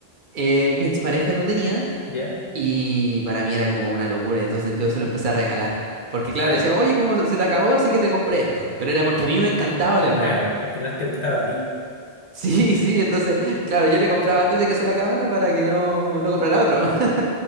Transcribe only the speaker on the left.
ya.
Ah,
ya.
Claro,
al final te gustaba a ti.